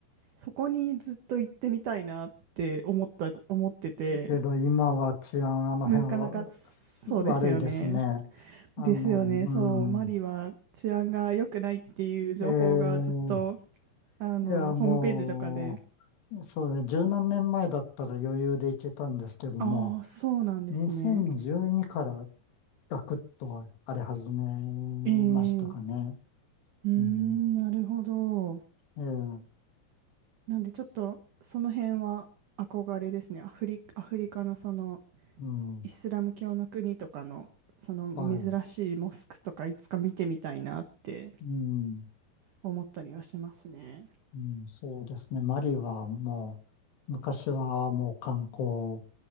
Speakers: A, on the right; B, on the left.
A: そこにずっと行ってみたいなって思った、思ってて、
B: けど今は治安、あの辺はす悪いですね。
A: なかなかそうですよね。
B: あの、
A: ですよね。
B: う
A: そう、マリは治安が良くないっていう情報がずっと、
B: ん。ええ
A: あの、
B: いや、もう、
A: ホームページとかで。
B: そうね、十何年前だったら余裕でいけたんですけども、
A: ああ、そうなんですね。
B: 2012からガクッと荒れ始め
A: ええ
B: ましたかね。
A: うーん、
B: うん。
A: なるほど。
B: ええ、
A: なんでちょっと、その辺は憧れですね。アフリ、アフリカのその、
B: うん。
A: イスラム教の国とかの、その珍しいモスクとかいつか見てみたいなって
B: はい。うん。
A: 思ったりはしますね。
B: うん、そうですね。マリはもう、昔はもう観光、